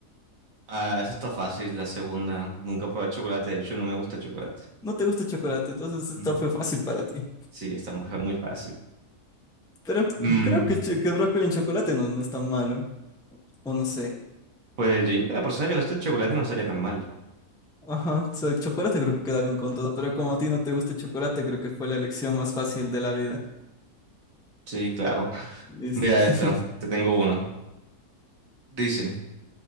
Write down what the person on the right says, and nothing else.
Ah, esa está fácil, la segunda. Nunca probé el chocolate, de hecho no me gusta el chocolate.
No.
Sí, está muy, <laughs> muy fácil.
Mm,
pues yo digo que a la persona que le gusta el chocolate no estaría tan mal.
Sí, claro.
Mira
esta, te tengo uno. Dice,